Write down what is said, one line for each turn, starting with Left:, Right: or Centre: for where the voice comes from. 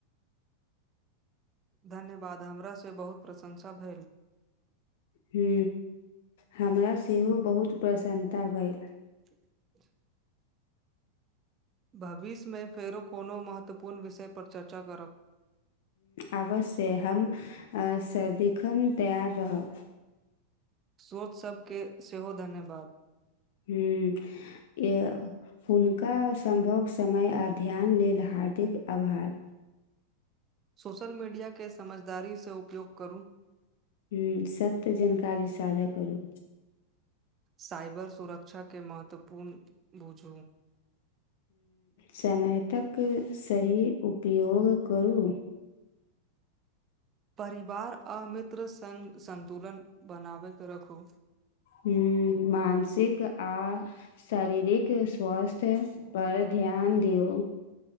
Right: धन्यवाद हमरा सँ बहुत प्रशंसा भेल
Left: हू, हमरा सेहो बहुत प्रसन्नता भेल
Right: <inaudible> भविष्य मे फेरो कोनो महत्वपूर्ण विषय पर चर्चा करब
Left: आवश्यक हम सदिखन तैयार रहब
Right: स्रोत सभके सेहो धन्यवाद
Left: हू। या हुनका सम्भव समय आ ध्यान लेलऽ हार्दिक आभार
Right: सोशल मीडियाकेँ समझदारी से उपयोग करू
Left: हूँ सभ त जानकारी साझा करू
Right: साइबर सुरक्षा के महत्वपूर्ण बुझ
Left: समयतकऽ सही उपयोग करू
Right: परिवार आ मित्र संग संन्तुलन बनाबैके राखू
Left: हूँ मानसिक आ शारीरिक स्वास्थ्य पर ध्यान दियो